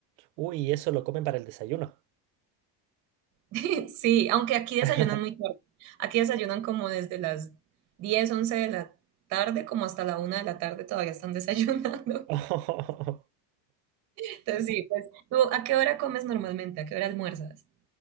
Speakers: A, on the right; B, on the right.
A: Uy, eso lo comen para el desayuno.
B: <laughs> Sí, aunque aquí
A: <laughs>
B: desayunan muy tarde. Aquí desayunan como desde las 10 11 de la tarde, como hasta la una de la tarde todavía están desayunando.
A: Oh,
B: <laughs> Entonces, sí, pues, ¿tú a qué hora comes normalmente? ¿A qué hora almuerzas?